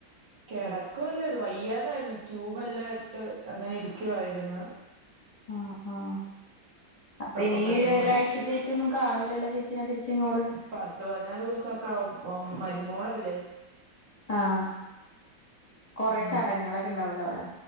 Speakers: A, on the right (about 65°); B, on the left (about 25°).
A: കേടക്കുവല്ലാരുന്നു വയ്യാതാരുന്നു ട്യൂബ് എല്ലാം ഇട്ട് അങ്ങനെ ഇരിക്കുവായിരുന്നു
B: ആഹ് ആഹ് അപ്പ
A: അപ്പൊ
B: ഇനീ
A: പെട്ടെന്ന്
B: ഒരു ഒരാഴ്ചത്തേക്ക്‌
A: മരിച്ചു
B: ഒന്നും കാണൂലല്ലോ ചേച്ചീനെ തിരിച്ചിങ്ങോട്
A: പത്ത് പതിനാറ് ദിവസംക്കെ ആവും ഓം മരുമോളല്ലേ
B: ആഹ് കൊറെ
A: ഉം
B: ചടങ്ങുകളൊക്കെ ഉണ്ടാവ് ലോ അവ്ടെ